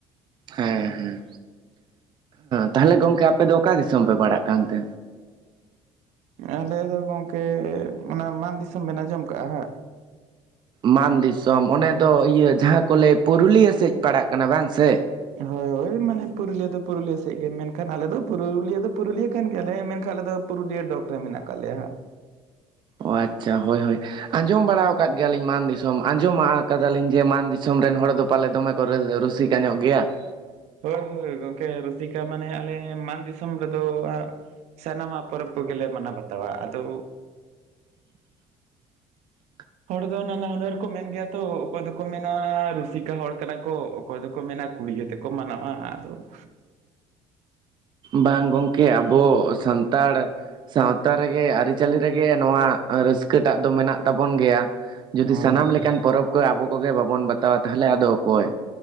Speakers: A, on the right; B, on the right.
A: ᱦᱮᱸ ᱦᱮᱸ ᱛᱟᱦᱚᱞᱮ ᱜᱚᱝᱠᱮ ᱟᱯᱮ ᱫᱚ ᱚᱠᱟ ᱫᱤᱥᱚᱢ ᱯᱮ ᱯᱟᱲᱟᱜ ᱠᱟᱱ ᱛᱮ?
B: ᱟᱞᱮ ᱫᱚ ᱜᱚᱝᱠᱮ ᱚᱱᱟ ᱢᱟᱱ ᱫᱤᱥᱚᱢ ᱵᱮᱱ ᱟᱸᱡᱚᱢ ᱠᱟᱜᱼᱟ ᱦᱟᱸᱜ ᱾
A: ᱢᱟᱱ ᱫᱤᱥᱚᱢ ᱚᱱᱮ ᱫᱚ ᱤᱭᱟᱹ ᱡᱟᱦᱟᱸ ᱠᱚ ᱞᱮᱭᱟ ᱯᱩᱨᱩᱞᱤᱭᱟᱹ ᱥᱮᱫ ᱯᱟᱲᱟᱜ ᱠᱟᱱᱟ ᱵᱟᱝ ᱥᱮ?
B: ᱦᱳᱭ ᱢᱟᱱᱮ ᱯᱩᱨᱩᱞᱤᱭᱟᱹ ᱫᱚ ᱯᱩᱨᱩᱞᱤᱭᱟᱹ ᱥᱮᱫ ᱢᱮᱱᱠᱷᱟᱱ ᱟᱞᱮ ᱫᱚ ᱯᱩᱨᱩᱞᱤᱭᱟᱹ ᱫᱚ ᱯᱩᱨᱩᱞᱤᱭᱟᱹ ᱠᱟᱱ ᱜᱮᱭᱟᱞᱮ ᱢᱮᱱᱠᱷᱟᱱ ᱟᱞᱮ ᱫᱚ ᱯᱩᱨᱩᱞᱤᱭᱟᱹ ᱰᱚᱠ ᱨᱮ ᱢᱮᱱᱟᱜ ᱠᱟᱜ ᱞᱮᱭᱟ ᱦᱟᱸᱜ ᱾
A: ᱚ ᱟᱪᱪᱷᱟ ᱦᱳᱭ ᱦᱳᱭ ᱟᱸᱡᱚᱢ ᱵᱟᱲᱟ ᱟᱠᱟᱫ ᱜᱮᱭᱟᱞᱤᱧ ᱢᱟᱱ ᱫᱤᱥᱚᱢ ᱟᱸᱡᱚᱢ ᱟᱠᱟᱫᱟᱞᱤᱧ ᱡᱮ ᱢᱟᱱ ᱫᱤᱥᱚᱢ ᱨᱮᱱ ᱦᱚᱲ ᱫᱚ ᱯᱟᱞᱮ ᱫᱚᱢᱮ ᱠᱚᱨᱮ ᱨᱩᱥᱤᱠᱟ ᱧᱚᱜ ᱜᱮᱭᱟ ᱾
B: ᱦᱳᱭ ᱦᱳᱭ ᱜᱚᱢᱠᱮ ᱨᱩᱥᱤᱠᱟ ᱢᱟᱱᱮ ᱟᱞᱮ ᱢᱟᱱ ᱫᱤᱥᱚᱢ ᱨᱮᱫᱚ ᱥᱟᱱᱟᱢᱟ ᱯᱚᱨᱯ ᱠᱚ ᱜᱮᱞᱮ ᱢᱟᱱᱟ ᱵᱟᱛᱟᱣᱟ ᱟᱫᱚ
A: <inaudible>
B: ᱦᱚᱲ ᱫᱚ ᱱᱟᱱᱟ ᱦᱩᱱᱟᱹᱨ ᱠᱚ ᱢᱮᱱ ᱜᱮᱭᱟ ᱛᱚ ᱚᱠᱚᱭ ᱫᱚᱠᱚ ᱢᱮᱱᱟ ᱨᱩᱥᱤᱠᱟ ᱦᱚᱲ ᱠᱟᱱᱟ ᱠᱚ ᱚᱠᱚᱭ ᱫᱚᱠᱚ ᱢᱮᱱᱟ ᱠᱩᱲᱤ ᱛᱮᱠᱚ ᱢᱟᱱᱟᱣᱟ ᱟᱫᱚ ᱾
A: ᱵᱟᱝ ᱜᱚᱢᱠᱮ ᱟᱵᱚ ᱥᱟᱱᱛᱟᱲ ᱥᱟᱶᱛᱟ ᱨᱮᱜᱮ ᱟᱹᱨᱤᱪᱟᱹᱞᱤ ᱨᱮᱜᱮ ᱱᱚᱣᱟ ᱨᱟᱹᱥᱠᱟᱹ ᱴᱟᱜ ᱫᱚ ᱢᱮᱱᱟᱜ ᱛᱟᱵᱚᱱ ᱜᱮᱭᱟ ᱡᱩᱫᱤ
B: ᱦᱳᱭ
A: ᱥᱟᱱᱟᱢ
B: ᱦᱳᱭ
A: ᱞᱮᱠᱟᱱ ᱯᱚᱨᱚᱵᱽ ᱠᱚ ᱟᱵᱚ ᱠᱚᱜᱮ ᱵᱟᱵᱚᱱ ᱵᱟᱛᱟᱣᱟ ᱛᱟᱦᱚᱞᱮ ᱟᱫᱚ ᱚᱠᱚᱭ